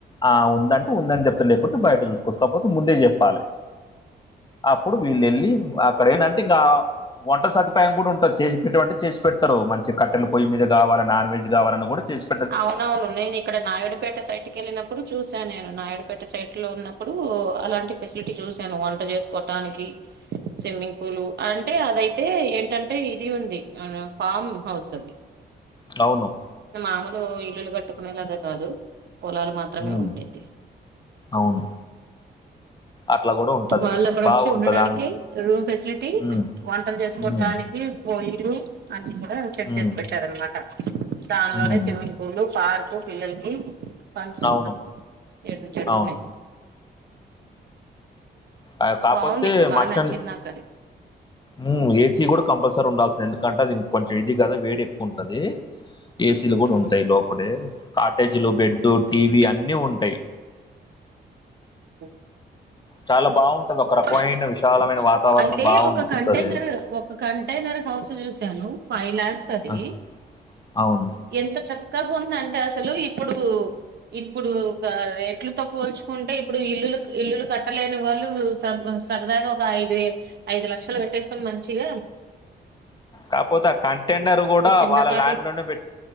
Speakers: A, on the left; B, on the right.
A: ఆ ఉందంటూ ఉందని చెప్తే లేకుట్టి బయట చూస్త కపోతే ముందే చెప్పాలి అప్పుడు వీళ్ళు వెళ్ళి అక్కడ ఏంటంటే ఇంకా వంట సదుపాయం కూడా ఉంటంది, చేసి పెట్ట మాంటే చేసి పెడతారు మంచి కట్ట కట్ట పొయ్య మీద కావాల నాన్ వెజ్ కావాలని కూడా చేస్త
B: అవునవును నేను ఇక్కడ నాయుడుపేట సైడ్ కెళ్ళినప్పుడు చూసాను. నేను నాయడుపేట సైట్ లో ఉన్నప్పుడు అలాంటి ఫెసిలిటీ చూసాను వంట చేసు చెస్కొటానికి స్విమ్మింగ్ పూల్ అంటే అదైతే ఏంటంటే ఇది ఉంది. ఆ ఫామ్ హౌస్ ఉంది,
A: అవును
B: మామూలు ఇల్లులు కట్టుకునేలాగా కాదు పొలాలు మాత్రమే
A: హ్మ్.
B: ఉంటేది.
A: అవును అట్లా గూడా ఉంటది.
B: వాళ్ళు అక్కడ
A: బావుంటది.
B: వచ్చి ఉండటనికి
A: అన్
B: రూమ్ ఫెసిలిటీ
A: హ్మ్.
B: వంటలు చేసుకోటానికి
A: హ్మ్.
B: పొయ్యిలు అన్ని కూడా సెట్
A: హ్మ్.
B: చేసి పెట్టారునమాట దానిలోనే
A: హ్మ్.
B: స్విమ్మింగ్ పూలు పార్కు పిల్లలకి ఫంక్షన్
A: అవును.
B: ఎ టు జెడ్
A: అవును.
B: ఉన్నాయి.
A: అవికాపోతే
B: బాగుంది బాగా
A: మాస్టన్
B: నచ్చింది నాకు అది
A: హ్మ్మ్ ఏసీ కూడా కంపల్సరీ ఉండాల్సింది, ఎందుకంటే అదిం కొంచెం ఇది కదా వేడి ఎక్కువ ఉంటది, ఏసీలు కూడా ఉంటాయి.
B: ఉమ్,
A: లోపాటే కాటేజీలు బెడ్ లో టీవీ
B: ఉమ్,
A: అన్నీ ఉంటాయి.
B: <unintelligible>
A: చాలా బావుంటది. ఒక రకమైన విశాలమైన వాతావరణం
B: అయితే
A: బావునిపిస్తది.
B: ఒక కంటైనర్ ఒక ఒక కంటైనర్ హౌస్ చూశాను ఫైవ్ ల్యాక్స్ అది
A: ఆ! అవును.
B: ఎంత చక్కగా ఉందంటే అసలు ఇప్పుడు ఇప్పుడు ఒక రేట్లుతో పో ఉంటే ఇప్పుడు ఇల్లులు ఇల్లులు కట్టలేని వాళ్ళు సరదాగ ఒక ఐదు వే ఐదు లక్షలు పెట్టేసుకొని మంచిగ
A: కాకపోతే ఆ కంటైనర్ కూడా
B: చిన్నపాటి
A: వాళ్ళ ల్యాండ్ లోనే పె